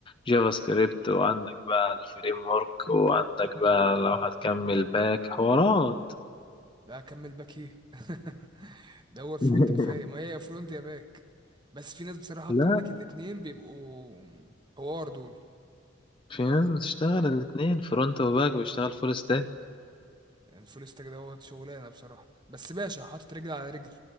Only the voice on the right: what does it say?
لا أكمل باك إيه <laughs> دوت فرونت
كفاية ما هي يا فرونت يا باك بس في ناس بصراحة
بتملك الاتنين بيبقوا حوار دول
يعني الفول ستاك دوت شغلانه بصراحه بس باشا حاطط رجل على رجل